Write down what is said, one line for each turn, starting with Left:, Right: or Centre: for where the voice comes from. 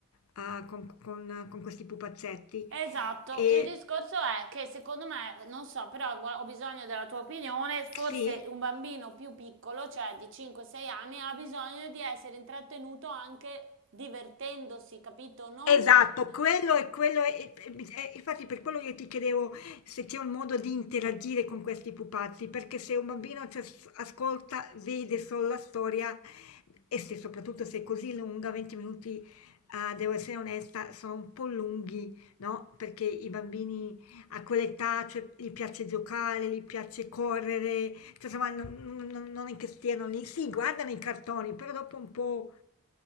Left: ah, con, con- con questi pupazzetti.
Right: Esatto,
Left: Ehm,
Right: il discorso è che secondo me, non so, però gua- ho bisogno della tua opinione, forse
Left: sì,
Right: un bambino più piccolo, cioè di 5-6 anni, ha bisogno di essere intrattenuto anche divertendosi, capito? Non
Left: esatto, quello è quello è e bis e infatti per quello io ti chiedevo se c'è un modo di interagire con questi pupazzi, perché se un bambino ci as ascolta, vede solo la storia e se soprattutto se è così lunga, 20 minuti, uhm, devo essere onesta, sono un po' lunghi, no, perché i bambini a quell'età, cioè, gli piace giocare, gli piace correre, cioè, insomma non non non non è che stiano lì sì, guardano i cartoni, però dopo un po'